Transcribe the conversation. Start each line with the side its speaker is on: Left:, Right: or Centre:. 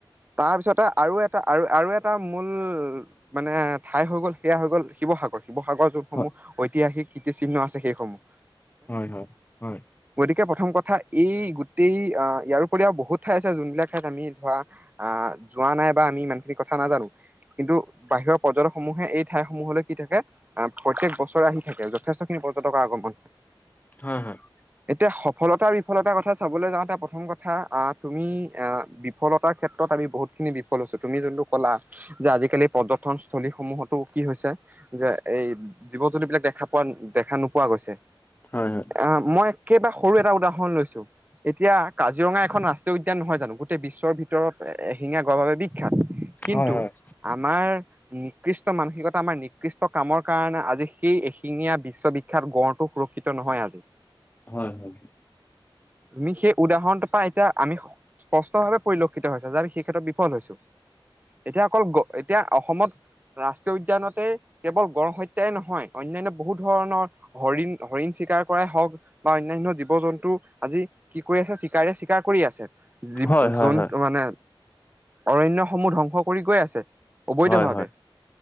Right: তাৰপিছতে আৰু এটা আৰু আৰু এটা মূল মানে ঠাই হৈ গ'ল সেয়া হৈ গ'ল শিৱসাগৰ। শিৱসাগৰ যোনসমূহ
Left: হয়।
Right: ঐতিহাসিক কীৰ্তিচিহ্ন আছে সেইসমূহ।
Left: হয়, হয়-হয়।
Right: এতিয়া প্ৰথম কথা এই গোটেই অ', য়াৰ উপৰিও বহুত ঠাই আছে যোনবিলাক ঠাইত আমি ধৰা আহ যোৱা নাই বা আমি ইমানখিনি কথা নাজানো কিন্তু বাহিৰৰ পৰ্যতক সমূহে এই ঠাইসমূহলৈ কি থাকে আহ প্ৰত্যেক বছৰে আহি থাকে যথেষ্ট খিনি পৰ্যটকৰ আগমন
Left: হয়, হয়।
Right: এতিয়া সফলতাৰ বিফলতাৰ কথা চাবলৈ যাওঁতে প্ৰথম কথা আহ তুমি আহ বিফলতাৰ ক্ষেত্ৰত আমি বহুতখিনি বিফল হৈছো তুমি যোনটো কলা যে আজিকালি পৰ্যটনস্থলী সমূহতো কি হৈছে যে এই জীৱ জন্তু বিলাক দেখা পোৱা দেখা নোপোৱা গৈছে
Left: হয় হয়
Right: আহ মই একেবাৰে সৰু এটা উদাহৰণ লৈছো এতিয়া কাজিৰঙা এখন ৰাষ্ট্ৰীয় উদ্যান নহয় জানো গোটেই বিশ্বৰ ভিতৰত এশিঙীয়া গঁড় বাবে বি কিন্তু
Left: হয় হয় হয়।
Right: আমাৰ নিকৃষ্ট মানসিকতা আমাৰ নিকৃষ্ট কামৰ কাৰণে আজি সেই এশিঙীয়া বিশ্ববিখ্যাত গড়টো সুৰ শিক্ষিত নহয় আজি।
Left: হয়-হয়।
Right: তুমি সে উদাহৰণটোৰ পৰা এতিয়া আমি স্পষ্ট ভাৱে পৰিলক্ষিত হৈছে যে আমি সেই ক্ষেত্ৰত বিফল হৈছো। এতিয়া অকল গঁড় এতিয়া অসমত ৰাষ্ট্ৰীয় উদ্যানতে কেৱল গঁড় হয়ত তে নহয় অন্যান্য বহুত ধৰণৰ হৰিণ হৰিণ চিকাৰ কৰাই হওক বা অন্যান্য জীৱ জন্তু আজি কি কৰি আছে চিকাৰ চিকাৰ কৰি আছে যিৱ
Left: হয় হয়
Right: জন্তু
Left: হয়
Right: মানে অৰণ্যসমূহ ধ্বংস কৰি গৈ আছে অবৈধভাৱে
Left: হয় হয় হয়